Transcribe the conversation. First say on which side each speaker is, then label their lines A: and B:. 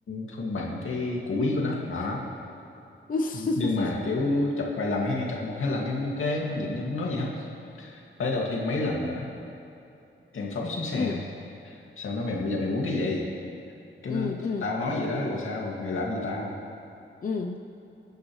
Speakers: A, on the left; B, on the left.
A: không bằng cái củ quý của nó đó
B: <laughs>
A: nhưng mà kiểu chọc vài lần hay nghe chọc một hai lần em ok em không nhịn em không nói gì hết tới đầu thêm mấy lần nữa em phóng xuống xe
B: ừ,
A: sao nó mày bây giờ mày muốn cái gì cái
B: ừ,
A: nó
B: ừ,
A: tao nói vậy đó rồi sao mày làm gì tao
B: ừ,